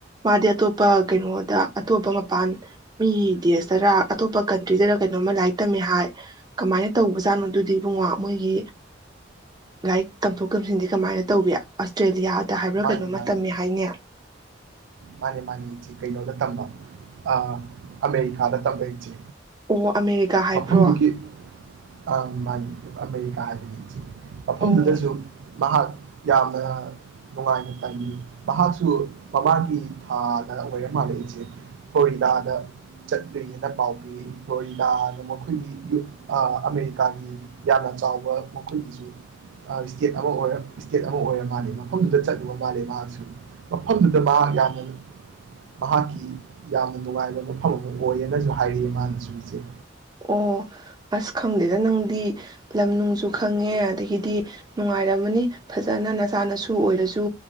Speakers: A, on the right; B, on the right.
A: ꯃꯥꯗꯤ ꯑꯇꯣꯞꯄ ꯀꯩꯅꯣꯗ ꯑꯇꯣꯞꯄ ꯃꯄꯥꯟ ꯃꯤ ꯗꯦꯁꯇꯔ ꯑꯇꯣꯞꯄ ꯀꯟꯇ꯭ꯔꯤꯗꯔ ꯀꯩꯅꯣꯝꯃ ꯂꯥꯏꯔꯤꯛ ꯇꯝꯃꯦ ꯍꯥꯏ ꯀꯃꯥꯏꯅ ꯇꯧꯕꯖꯥꯠꯅꯣ ꯑꯗꯨ ꯏꯕꯨꯡꯉꯣ ꯃꯣꯏꯒꯤ ꯂꯥꯏꯔꯤꯛ ꯇꯝꯊꯣꯛ ꯇꯝꯁꯤꯟꯗꯤ ꯀꯃꯥꯏꯅ ꯇꯧꯕꯒ ꯑꯁꯇ꯭ꯔꯦꯂꯤꯌꯥ ꯇ ꯍꯥꯏꯕ꯭ꯔꯥ
B: ꯃꯥꯅꯤ
A: ꯀꯩꯅꯣꯝꯃ
B: ꯃꯥꯅꯤ
A: ꯇꯝꯃꯦ ꯍꯥꯏꯅꯦ
B: ꯃꯥꯅꯦ ꯃꯥꯅꯦ ꯏꯆꯦ ꯀꯩꯅꯣꯗ ꯇꯝꯕ ꯑ ꯑꯃꯦꯔꯤꯀꯥꯗ ꯇꯝꯕ ꯏꯆꯦ
A: ꯑꯣ ꯑꯃꯦꯔꯤꯀꯥ ꯍꯥꯏꯕ꯭ꯔꯣ
B: ꯃꯐꯝꯗꯨꯒꯤ ꯑ ꯃꯥꯅꯤ ꯑꯃꯦꯔꯤꯀꯥꯗꯅꯤ ꯏꯆꯦ ꯃꯐꯝꯗꯨꯗꯁꯨ
A: ꯑꯣ
B: ꯃꯍꯥꯛ ꯌꯥꯝꯅ ꯅꯨꯡꯉꯥꯏꯅ ꯇꯝꯃꯤ ꯃꯍꯥꯛꯁꯨ ꯃꯃꯥꯡꯒꯤ ꯊꯥꯗ ꯑꯣꯏꯔ ꯃꯥꯜꯂꯦ ꯑꯩꯁꯦ ꯐ꯭ꯂꯣꯔꯤꯗꯥꯗ ꯆꯠꯇꯔꯤꯉꯩꯗ ꯄꯥꯎ ꯄꯤꯔꯛꯏ ꯐ꯭ꯂꯣꯔꯤꯗꯥꯗ ꯃꯈꯣꯏꯒꯤ ꯑꯥ ꯑꯃꯦꯔꯤꯀꯥꯒꯤ ꯌꯥꯝꯅ ꯆꯥꯎꯕ ꯃꯈꯣꯏꯒꯤꯁꯨ ꯑꯥ ꯏꯁꯇꯦꯠ ꯑꯃ ꯑꯣꯏꯔ ꯏꯁꯇꯦꯠ ꯑꯃ ꯑꯣꯏꯔ ꯃꯥꯜꯂꯦ ꯃꯐꯝꯗꯨꯗ ꯎꯔꯝ ꯃꯥꯂꯦ ꯃꯍꯥꯛꯁꯨ ꯃꯐꯝꯗꯨꯗ ꯃꯥ ꯌꯥꯝ ꯃꯍꯥꯛꯀꯤ ꯌꯥꯝꯅ ꯅꯨꯡꯉꯥꯏꯕ ꯃꯐꯝ ꯑꯃ ꯑꯣꯏꯌꯦꯅꯖꯨ ꯍꯥꯏꯔꯛꯑꯦ ꯃꯥꯅꯁꯨ ꯏꯆꯦ
A: ꯑꯣ ꯑꯁ ꯈꯪꯗꯦꯗ ꯅꯪꯗꯤ ꯂꯝ ꯅꯨꯡꯁꯨ ꯈꯪꯉꯦ ꯑꯗꯒꯤꯗꯤ ꯅꯨꯡꯉꯥꯏꯔꯝꯃꯅꯤ ꯐꯖꯅ ꯅꯆꯥꯅꯁꯨ ꯑꯣꯏꯔꯁꯨ